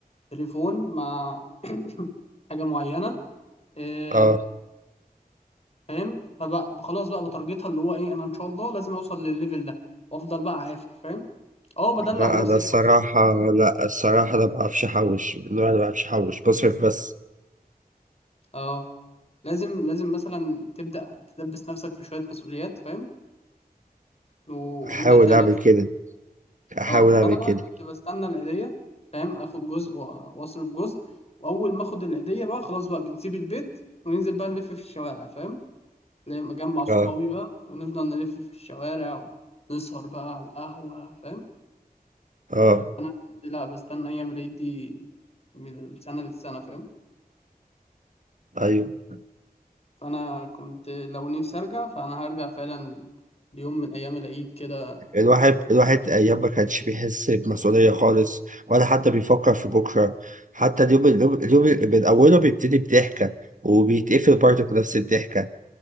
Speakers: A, on the left; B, on the right.
A: تليفون مع <coughs> حاجة معينة آه،
B: اه
A: فاهم فبقى خلاص بقى بتارجتها اللي هو إيه أنا إن شاء الله لازم أوصل للليفل ده وأفضل بقى عافر فاهم أه بدلع
B: لا
A: نفسي
B: أنا الصراحة
A: شوية بعمل
B: لا الصراحة أنا ما بعرفش أحوش لا أنا ما بعرفش أحوش بصرف بس
A: أه لازم لازم مثلا تبدأ تدبس نفسك في شوية مسؤوليات فاهم وأنت
B: أحاول
A: هتلاقي
B: أعمل
A: نفسك
B: كده أحاول
A: اه فانا
B: أعمل
A: بقى
B: كده
A: كنت بستنى العيديه فاهم اخد جزء و- واصرف جزء واول ما اخد العيديه بقى خلاص بقى بنسيب البيت وننزل بقى نلف في الشوارع فاهم لما اجمع صحابي
B: اه
A: بقى ونفضل نلف في الشوارع ونسهر بقى على القهوه فاهم
B: اه
A: انا كنت لا بستنى ايام العيد دي من السنه للسنه فاهم
B: أيوه
A: فانا كنت لو نفسي ارجع فانا هرجع فعلا ليوم من ايام العيد كده
B: الواحد الواحد أيام ما كانش بيحس بمسؤولية خالص ولا حتى بيفكر في بكرة حتى اليوم اليوم اليوم من أوله بيبتدي بضحكة وبيتقفل برضه بنفس الضحكة